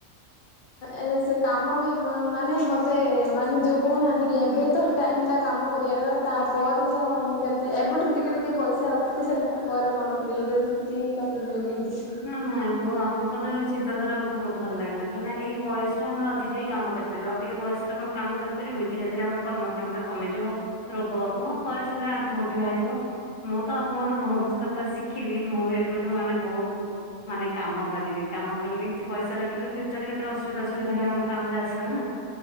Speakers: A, on the left; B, on the left.
A: ଏ ସେ କାମ ବି ମାନେ ମତେ ମାନେ ଯୋଉ କହୁନାହାନ୍ତି କି ଏବେ
B: ହୁଁ
A: ତ ଟାଇମ ଟା କାମ କରିବାର ତାପରେ ଯ ମୁଁ କେତେ ଏବେଠୁ ଟିକେ ଟିକେ ପଇସା ରଖିଛି ସେ ତାପରେ କଣ ଫ୍ରି ରେ ଜିଇଁ ପାରିବି ବୋଲି ଯେ।
B: ନାଁ ନାଁ ବହୁ ଆପଣଙ୍କର ଯୋଉ ଏ ଚିନ୍ତାଧାରା ମତେ ବହୁତ ଭଲ ଲାଗିଲା, କାହିଁକିନା ଏଇ ବୟସରେ ଆମେ ଅଧିକ ହିଁ କାମ କରି ରିବ ଆଉ ଟିକେ ବୟସ ହେଲେ କଣ କାମ କରିପାରିବୁ ଧୀରେ ଧୀରେ ଆମର କର୍ମକ୍ଷମତା କମିଯିବ। ରୋଗ
A: ହଁ
B: ହବ ବୟସ ହେଲେ ଆଠୁ ଗଣ୍ଠି ବାହାରିିବ ମୁଁ ତ ଆପଣଙ୍କଠୁ ବହୁତ କଥା ଶିଖିଲି ମୁଁ ବି ଏବେଠୁ ମାନେ ବହୁତ ମାନେ କାମ କରିବି। କାମ କଲେ କିଛି ପଇସା ରଖିଲେ ଫ୍ୟୁଚରରେ କେତେ ଅସୁବିଧା ସୁବିଧାରେ
A: ହଁ
B: ଆମ କାମରେ ଆସିବ ନା।